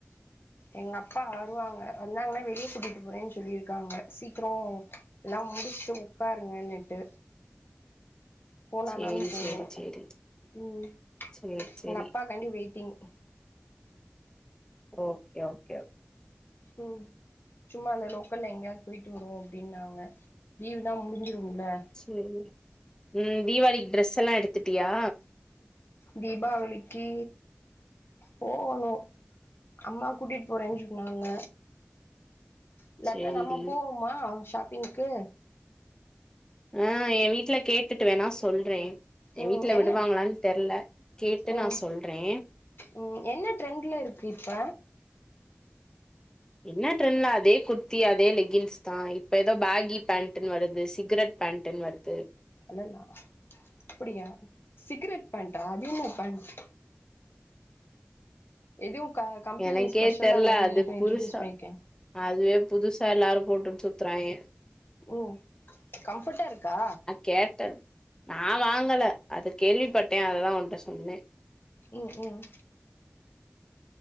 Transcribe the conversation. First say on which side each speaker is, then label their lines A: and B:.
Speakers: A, on the left; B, on the left.
A: எங்க அப்பா வருவாங்க வந்தாங்கன்னா வெளிய கூட்டிட்டு போறேனு சொல்லிருக்காங்க சீக்ரோ எல்லா முடிசிட்டு உட்காருங்கன்னுட்டு போனானாலு
B: சேரி
A: போவோ
B: சேரி சேரி
A: ம்
B: சேரி சேரி சேரி
A: எங்க அப்பாக்காண்டி வெய்ட்டிங்
B: ஓக்கே ஓக்கே
A: ம் சும்மா அந்த லோக்கல்ல எங்கயாது போய்ட்டு வருவோ அப்டின்னாங்க லீவ் தா முடிஞ்சிருல
B: செரி ம் தீபாவளிக்கு ட்ரெஸ் எல்லா எடுத்துட்டியா
A: தீபாவளிக்கி போகணு அம்மா கூட்டிட்டு போறேனு சொன்னாங்க இல்லாட்னா
B: சேரிடி
A: நம்ம போவோமா ஷாப்பிங்க்கு
B: ஆ எ வீட்டு்ல கேட்டுட்டு வேணா சொல்றே எ
A: ம்
B: வீட்டுல
A: என்ன
B: விடுவாங்களான்னு தெரில கேட்டு
A: ம்
B: நா சொல்றே
A: ம் என்ன ட்ரெண்டுல இருக்கு இப்ப
B: என்ன ட்ரெண்ட்ல அதே குர்த்தி அதே லெக்கின்ஸ் தா இப்ப ஏதோ பேகி பேண்ட்டுன்னு வருது சிகரெட் பேண்ட்டுன்னு வருது து
A: அல்லல்லா அப்படியா சிகரெட் பேண்ட்டா அது என்ன பேண்ட் இது உன் க கம்பெனி
B: எனக்கே
A: ஸ்பெஷலா
B: தெர்ல
A: வந்து
B: அது
A: இது இன்ட்ரடியூஸ்
B: புதுசா
A: பண்ணியிருக்கே
B: அதுவே புதுசா எல்லாரு போட்டுட்டு சுத்துறாங்க
A: உம் கம்ஃபர்ட்டா இருக்கா
B: கேட்டே நா வாங்கல அது கேள்விப்பட்டே அததா உன்ட சொன்னே
A: உம் உம்